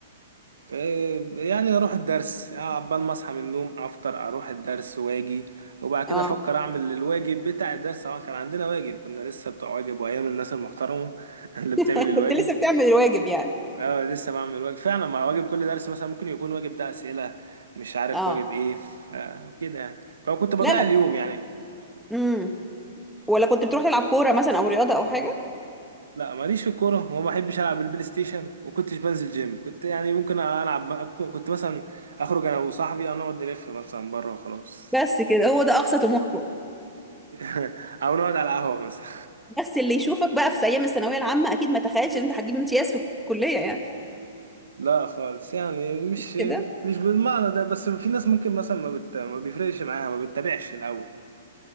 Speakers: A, on the right; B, in the centre.
A: آه، يعني اروح الدرس آه، عبال ما اصحى من النوم افطر اروح الدرس واجي وبعد كده
B: اه
A: افكر اعمل الواجب بتاع الدرس اه كان عندنا واجب كنا لسه بتوع واجب وايام الناس المحترمه <laughs> اللي بتعمل
B: <laughs>
A: الواجب
B: كنت لسه بتعمل الواجب يعني
A: اه لسه بعمل واجب فعلا مع واجب كل درس مثلا ممكن يكون واجب ده اسئله مش عارف
B: اه
A: واجب ايه ف- آه، كده يعني فكنت بضيع
B: لا لا
A: اليوم يعني
B: امم ولا كنت بتروح
A: مم.
B: تلعب كورة مثلا او رياضة او حاجة
A: لا ماليش في الكوره وما بحبش العب البلاي ستيشن وكنتش بنزل جيم كنت يعني ممكن العب كنت مثلا اخرج انا وصاحبي أو نقعد نلف مثلا بره وخلاص
B: بس كده هو ده اقصى طموحكم
A: <laughs> او نقعد على القهوة مثلا
B: بس اللي يشوفك بقى في ايام الثانوية العامة اكيد ما تخيلش ان انت هتجيب امتياز في الكلية يعني
A: لا خالص يعني مش
B: مش كده
A: مش بالمعنى ده بس في ناس ممكن مثلا ما بت... ما بيفرقش معاها ما بتتابعش الاول